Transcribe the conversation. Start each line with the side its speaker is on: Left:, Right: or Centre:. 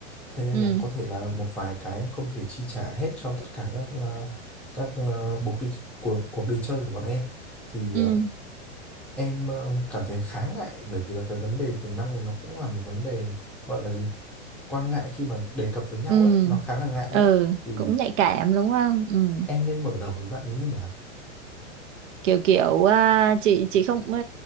Centre: thế nên
Right: ừ
Centre: là có thể là một vài cái em không thể chi trả hết cho tất cả các ờ, các ờ, buộc đi cuộc cuộc đi chơi của bọn em thì
Right: ừ
Centre: ờ, Em ờ, cảm thấy khá ngại bởi vì là cái vấn đề tiền nong này nó cũng là một vấn đề gọi là gì? Quan ngại khi mà đề cập tới nhau
Right: ừ
Centre: ấy, nó khá là ngại
Right: ừ
Centre: á. Thì
Right: cũng nhạy cảm đúng không ừ
Centre: em nên mở đầu với bạn ý như nào?
Right: kiểu kiểu à, chị chị không ừ,